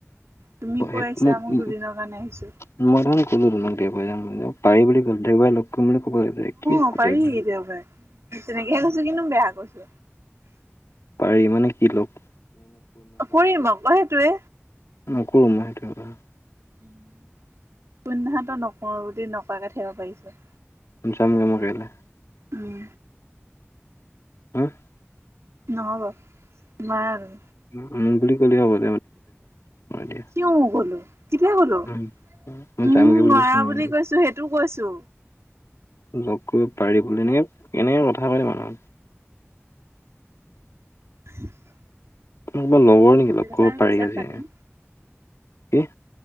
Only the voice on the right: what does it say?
তুমি
কৈ আহিছা মোক দুদিনৰ কাৰণে আহিছো
অ পাৰি দেওবাৰে। তেনেকেহে কৈছো কিনো বেয়া কৈছো।
কৰিম আকৌ সেইটোৱে
উম, নকৰো দে নকৰাকে থাকিব পাৰিছে।
উম।
নহ'ব নোৱাৰো।
কি উম কলো, কেতিয়া কলো,
উম
নোৱাৰা
বুলি কৈছো সেইটো কৈছো।
<unintelligible>
সেইটো
কথা
আমি
পিছত
পাতিম